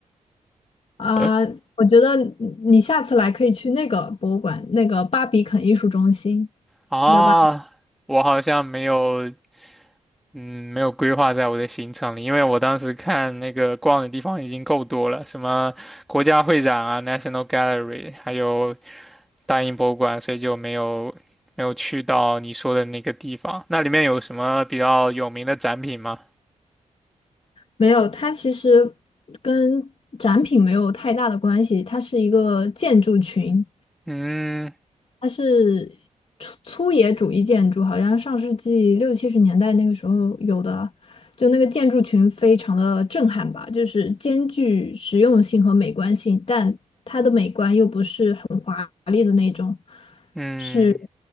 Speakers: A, on the left; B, in the centre.
A: 啊，
B: <laughs>
A: 我觉得你下次来可以去那个博物馆，那个巴比肯艺术中心，
B: 啊，
A: 道吧？
B: 我好像没有，嗯，没有规划在我的行程里，因为我当时看那个逛的地方已经够多了，什么国家会展啊、National Gallery，还有大英博物馆，所以就没有没有去到你说的那个地方。那里面有什么比较有名的展品吗？
A: 没有，它其实跟展品没有太大的关系，它是一个建筑群，
B: 嗯
A: 它是粗粗野主义建筑，好像上世纪六七十年代那个时候有的，就那个建筑群非常的震撼吧，就是兼具实用性和美观性，但它的美观又不是很华丽的那种，
B: 嗯，
A: 是